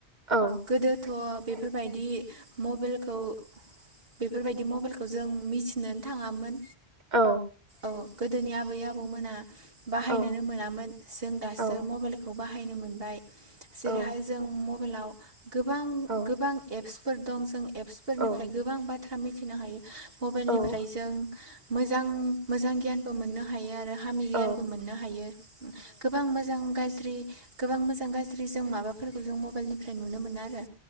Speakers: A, on the right; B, on the right.
A: औ
B: गोदोथ' बेफोरबायदि
A: औ
B: मबाइल खौ बेफोरबायदि मबाइलखौ जों मिथिनोनो थाङामोन।
A: औ
B: अ गोदोनि आबै आबौमोना बाहायनोनो
A: औ
B: मोनामोन जों दासो
A: औ
B: मबाइलखौ बा बाहायनो मोनबाय। जेरैहाय
A: औ
B: जों मबाइलाव गोबां
A: औ
B: गोबां एप्स फोर दं जों एपसफोरनिफ्राय
A: औ
B: गोबां बाथ्रा मिथिनो हायो मबाइलनिफ्राय
A: औ
B: जों मोजां मोजां गियानबो मोननो हायो आरो फामि गियानबो
A: औ
B: मोननो हायो गोबां मोजां गाज्रि गोबां मोजां गाज्रि जों माबाफोरखौ जों मबाइलनिफ्राय नुनो मोनो आरो